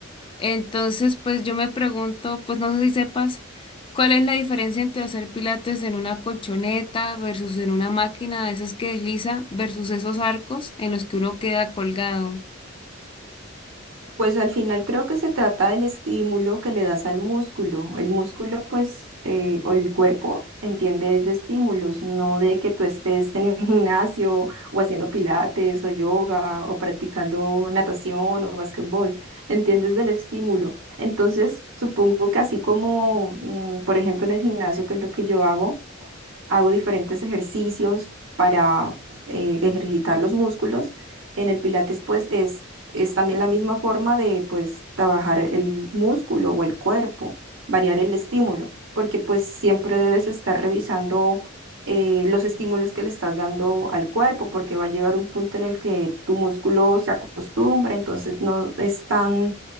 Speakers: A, on the left; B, on the right.
A: Entonces, pues yo me pregunto, pues no sé si sepas, ¿cuál es la diferencia entre hacer pilates en una colchoneta versus en una máquina de esas que desliza versus esos arcos en los que uno queda colgado?
B: Pues al final creo que se trata del estímulo que le das al músculo. El músculo, pues, eh, o el cuerpo entiende es de estímulos, no de que tú estés en un gimnasio o haciendo pilates o yoga o practicando natación o básquetbol. Entiendes del estímulo. Entonces, supongo que así como, mm, por ejemplo, en el gimnasio, que es lo que yo hago, hago diferentes ejercicios para eh, ejercitar los músculos. En el Pilates, pues, es, es también la misma forma de, pues, trabajar el músculo o el cuerpo, variar el estímulo, porque, pues, siempre debes estar revisando eh, los estímulos que le estás dando al cuerpo, porque va a llegar un punto en el que tu músculo se acostumbra, entonces no es tan